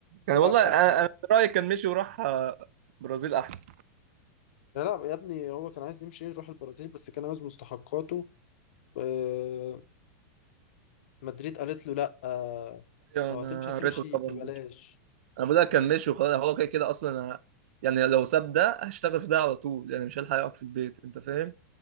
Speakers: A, on the right; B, on the left.
A: كان
B: هيلعب
A: والله
B: كاس
A: انا أنا في رايي كان مشي وراح آه، برازيل احسن
B: لا لا يا ابني هو كان عايز يمشي يروح البرازيل بس كان عايز مستحقاته آه مدريد قالت له لا آه
A: ايوه
B: لو
A: انا
B: هتمشي هتمشي
A: قريته الخبر
B: ببلاش
A: ده انا بقول لك
B: لا،
A: كان مشي وخلاص هو كده كده اصلا أنا يعني لو ساب ده هشتغل في ده على طول يعني مش هلحق اقعد في البيت انت فاهم